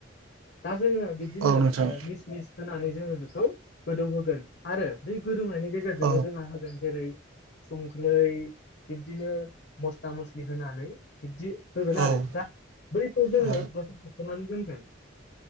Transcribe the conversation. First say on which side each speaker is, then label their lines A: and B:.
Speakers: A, on the left; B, on the right.
A: दा जोंङो बिदिनो
B: औ नोंथां
A: मि स होनानै जोंङो बेखौ गोदौ होगोन आरो बे गोदौनायनि गेजेरजोंनो
B: औ
A: जोंहा होगोन जेरै संख्रै बिब्दिनो मस्ला मस्लि होनानै बिब्दि होगोन
B: औ
A: आरो दा बैखौ जोंङो
B: औ
A: दसे थख'नानै दोनगोन